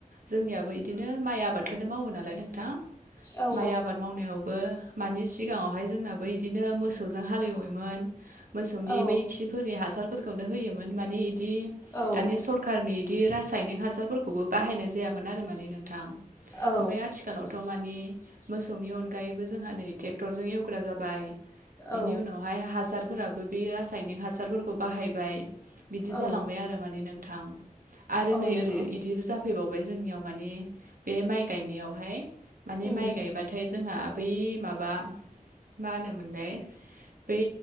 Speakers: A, on the right; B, on the left.
A: जोंनियाबो इदिनो माइ आबादखोनो मावो नालाय नोंथां
B: औ
A: माइ आबाद मावनायावबो मानि सिगाङावहाय जोंनाबो इदिनो मोसौजों हाल एवोमोन। मोसौनि
B: औ
A: बै खि फोरनि हासारफोरखौनो होयोमोन माने इदि
B: औ
A: दानि सर खारनि इदि रासायनिक हासारफोरखौबो बाहायनाय जायामोन आरो मानि नोंथां।
B: औ
A: ओमफाय आथि खालावथ' माने मोसौनि अनगायैबो जोंहा नै ट्रेक्टरजों एवग्रा जाबाय। बिनि
B: औ
A: उनावहाय हासारफोराबो बे रासायनिक हासारफोरखौ बाहायबाय। बिदि
B: औ
A: जालांबाय आरो माने नोंथां। आरो
B: औ
A: नै
B: नंगौ
A: ओरै इदि जाफ फैबावबाय जोंनियाव मानि बे माइ गायनायावहाय माने
B: उम
A: माइ गायबाथाय जोंहा बै माबा मा होनोमोनलाय बै